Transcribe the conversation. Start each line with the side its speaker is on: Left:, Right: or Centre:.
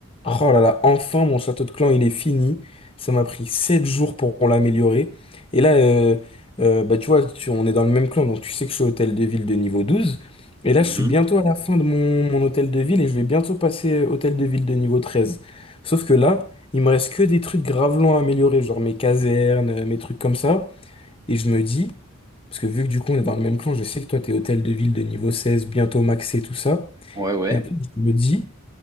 Left: Oh là là, enfin mon château de clan il est fini. Ça m'a pris 7 jours pour l'améliorer. Et là, euh, euh, bah, tu vois, tu- on est dans le même clan, donc tu sais que je suis hôtel de ville de niveau 12. Et là,
Right: Mhm.
Left: je suis bientôt à la fin de mon, mon hôtel de ville et je vais bientôt passer hôtel de ville de niveau 13. Sauf que là, il me reste que des trucs grave longs à améliorer, genre mes casernes, euh, mes trucs comme ça. Et je me dis, parce que vu que du coup on est dans le même clan, je sais que toi t'es hôtel de ville de niveau 16, bientôt maxé, tout ça.
Right: Ouais, ouais.
Left: Et en fait, je me dis